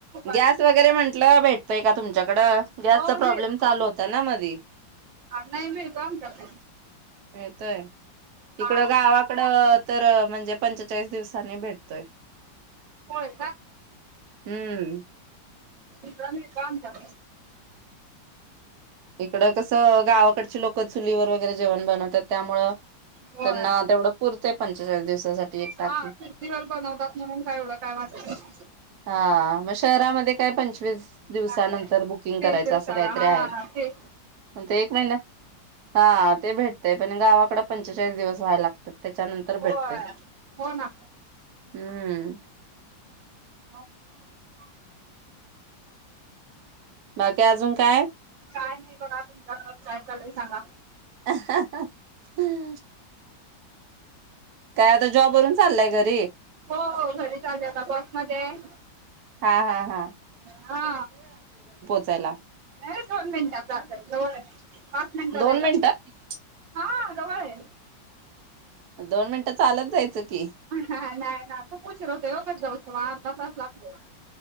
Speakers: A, on the right; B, on the right.
A: आलय.
B: गॅस वगैरे म्हंटलं भेटतोय का तुमच्याकड गॅसचा
A: हो
B: प्रॉब्लेम
A: मिळेल
B: चालू होता ना मधी
A: नाही मिळतो आमच्याकडे
B: मिळतोय
A: हा
B: इकड गावाकड तर म्हणजे पंचेचाळीस दिवस कनी भेटतोय.
A: होय
B: हम्म
A: इकडं मिळतो आमच्याकड.
B: इकड कसं गावाकड जे लोक चुलीवर वगैरे जेवण बनवतात त्यामुळं
A: होय
B: त्यांना तेवढं पुरतं पंचेचाळीस दिवसासाठी एक टाकी.
A: हा चुलीवर बनवतात म्हणून काय एवढं काय वाटत नाही.
B: हा मग शहरामध्ये काय पंचवीस दिवसानंतर
A: हा
B: बुकिंग
A: तीस
B: करायचं
A: दिवसाला
B: असं काहीतरी
A: हा
B: आहे.
A: हा ती
B: ते एक महिना हा ते भेट ते पण गावाकड पंचेचाळीस दिवस व्हायला लागतात त्याच्यानंतर
A: होय
B: भेटतय
A: हो ना
B: हम्म <inaudible>
A: <unintelligible>
B: बाकी अजून काय?
A: काय नाही बघा तुमच्याकडं काय चालय सांगा.
B: <inaudible> काय आता जॉब वरून चाललाय घरी
A: हो हो घरी चाले आता बस मध्ये आहे.
B: हा हा हा
A: हा
B: चला
A: लगेच दोन मिनटात जातंय जवळ हाय. पाच मिनटं
B: दोन
A: लई झालं
B: मिनिटं
A: हा जवळ आहे.
B: दोन मिनिटं चालत जायचं. की
A: हा नाही ना खूप उशीर होतोय ओ घरी जाऊस मग अर्धातास लागतोय.